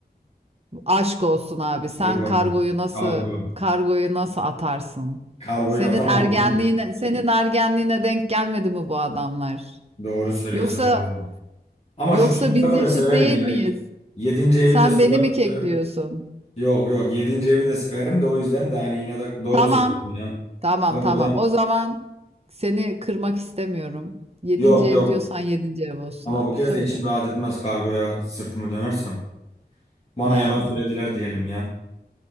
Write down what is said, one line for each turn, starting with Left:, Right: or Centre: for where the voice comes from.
Right: Aşk olsun abi. Sen
Left: Kargo
Right: kargoyu
Left: mu?
Right: nasıl
Left: Kargo.
Right: kargoyu nasıl atarsın?
Left: Kargoyu
Right: Senin
Left: atamam
Right: ergenliğine
Left: değil mi?
Right: senin ergenliğine denk gelmedi mi bu adamlar?
Left: Doğru söylüyorsun
Right: Yoksa
Left: vallahi. Ama
Right: yoksa
Left: şu çocukları
Right: biz yaşıt
Left: da severim
Right: değil
Left: ya.
Right: miyiz?
Left: Yedinci evi
Right: Sen
Left: de sorar,
Right: beni mi kekliyorsun?
Left: severim. Yok yok yedinci evi de severim de o yüzden de hani yine de doğru
Right: Tamam.
Left: söylüyorsun ya.
Right: Tamam
Left: Kargoda
Right: tamam. O zaman seni kırmak istemiyorum. Yedinci
Left: yok
Right: ev
Left: yok.
Right: diyorsan yedinci ev olsun
Left: Ama
Right: abi.
Left: bu kez
Right: Söyle.
Left: de içim rahat etmez kargoya sırtımı dönersem. Bana
Right: Yani
Left: yalan söylediler diyelim ya.